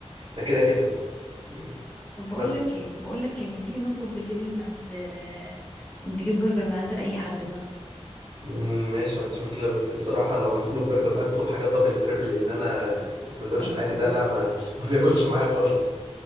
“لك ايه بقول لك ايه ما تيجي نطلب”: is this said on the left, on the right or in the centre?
Left